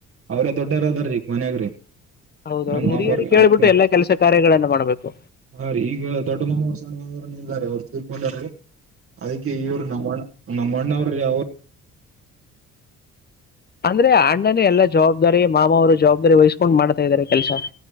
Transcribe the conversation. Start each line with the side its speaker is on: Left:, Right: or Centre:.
Right: ಅವ್ರೇ ದೊಡ್ಡರ ಅದಾರೀಗ ಮನ್ಯಾಗ್ರಿ
Left: ಹೌದೌದು
Right: ನಮ್
Left: ಹಿರಿಯರಿಗೆ
Right: ಮಾಮರ್
Left: ಕೇಳ್ಬಿಟ್ಟು
Right: ಅಕ್ಕನ್
Left: ಎಲ್ಲಾ ಕೆಲಸ ಕಾರ್ಯಗಳನ್ನ ಮಾಡ್ಬೇಕು
Right: ಹಾ ರೀ ಈಗ ದೊಡ್ಡ ಮಾಮರ ಸಣ್ಣ ಮಾಮರ ಇಲ್ಲ ರೀ ಅವ್ರ ತೀರಕೊಂಡರ ರಿ ಅದಕ್ಕೆ ಇವ್ರು ನಮ್ಮಣ್ಣ ನಮ್ಮಣ್ಣ ಅವ್ರೀ ಅವರು
Left: ಅಂದ್ರೆ ಅಣ್ಣನೇ ಎಲ್ಲಾ ಜವಾಬ್ದಾರಿ ಮಾವವರು ಜವಾಬ್ದಾರಿ ವಹಿಸ್ಕೊಂಡ್ ಮಾಡ್ತಾ ಇದಾರೆ ಕೆಲ್ಸ